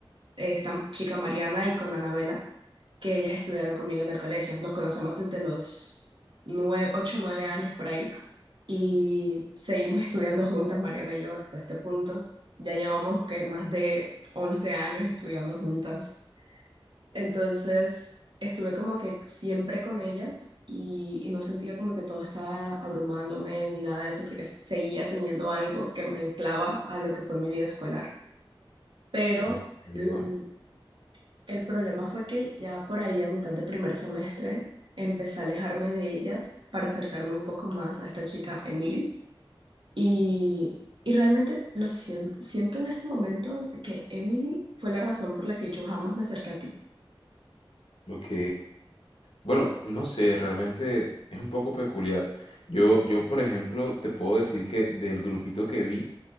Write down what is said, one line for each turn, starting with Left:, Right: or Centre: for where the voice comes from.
Right: esta chica Mariana y con Anabela, que ellas estudiaron conmigo en el colegio. Nos conocemos desde los nueve, ocho o nueve años por ahí y seguimos <laughs> estudiando juntas, Mariana y yo, hasta este punto. Ya llevamos que más de 11 años estudiando juntas. Entonces estuve como que siempre con ellas y, y no sentía como que todo estaba abrumándome ni nada de eso, porque seguía teniendo algo que me anclaba a lo que fue mi vida escolar. Pero
Left: Entiendo.
Right: el, el problema fue que ya por ahí a mitad de primer semestre empecé a alejarme de ellas para acercarme un poco más a esta chica Emily. Y, y realmente lo siento, siento en este momento que Emily fue la razón por la que yo jamás me acerqué a ti.
Left: Ok. Bueno, no sé, realmente es un poco peculiar. Yo, yo, por ejemplo, te puedo decir que del grupito que vi,